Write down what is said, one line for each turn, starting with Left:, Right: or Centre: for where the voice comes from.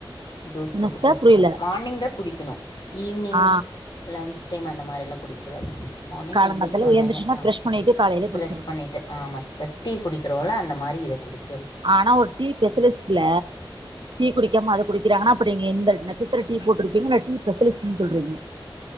Left: ஜூஸ்
Right: என்ன
Left: போட்டு
Right: சிஸ்டர்
Left: கொடுத்துருவோம்
Right: புரியல
Left: மார்னிங் தான் குடி கணும் ஈவி்னிங்
Right: ஆ
Left: லன்ச் டைம் அந்த மாரிலாம் குடிக்க கூடாது மார்னிங்
Right: காலங்காத்தால
Left: எந்திரிச்சு உன்னேயே
Right: ஏந்திரிச்சுன்னா
Left: ஆஹ்
Right: பிரஷ் பண்ணிட்டு காலையில குடிச்சிடனு
Left: ப்ரஷ் பண்ணிட்டு ஆமா சிஸ்டர் டீ குடி வோம்ல அந்த மாதிரி இதை கொடுத்து
Right: ஆனா ஒரு டீ ஸ்பெஷலிஸ்ட்ல குடிக்காம அதை குடிக்கிறாங்கன்னா அப்ப நீங்க எந்த லட்சணதுலா டீ போட்டு இருப்பீங்க டீபெஸலிஸ்டுனு சொல்றீங்க